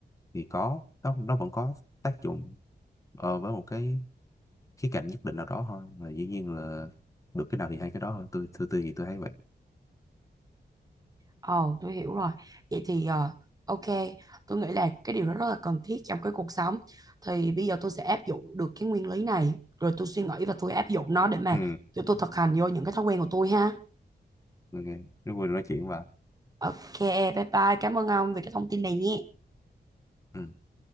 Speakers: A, on the left (about 20°); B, on the right (about 20°).
A: thì có nó nó vẫn có tác dụng ờ, với một cái khía cạnh nhất định nào đó thôi và dĩ nhiên là được cái nào thì hay cái đó thôi tôi tôi tôi thì tôi thấy vậy
B: Ồ, tôi hiểu rồi. Vậy thì ờ, ok, tôi nghĩ là cái điều đó rất là cần thiết trong cái cuộc sống. Thì bây giờ tôi sẽ áp dụng được cái nguyên lý này, rồi tôi suy nghĩ và tôi áp dụng nó để mà
A: ừ
B: cho tôi thực hành vô những cái thói quen của tôi ha.
A: ok rất vui được nói chuyện và
B: Ok, bye bye. Cảm ơn ông vì cái thông tin này nhé.
A: ừ